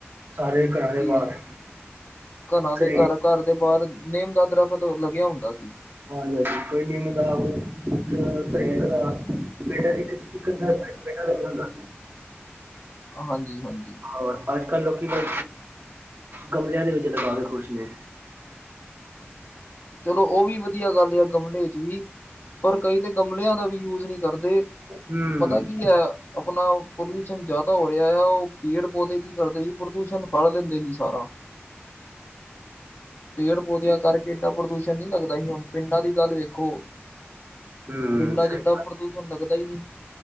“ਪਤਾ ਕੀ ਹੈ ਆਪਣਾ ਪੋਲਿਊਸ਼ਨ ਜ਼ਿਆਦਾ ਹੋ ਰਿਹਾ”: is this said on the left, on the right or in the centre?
Left